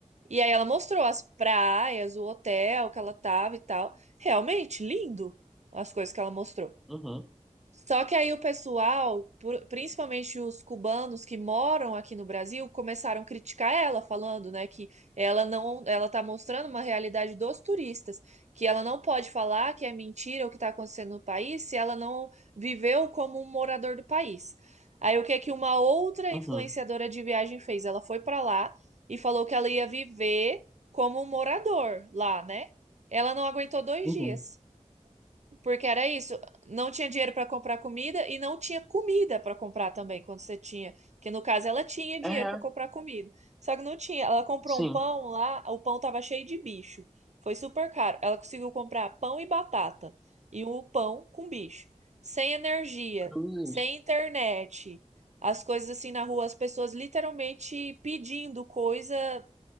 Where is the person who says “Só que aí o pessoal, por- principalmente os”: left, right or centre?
Right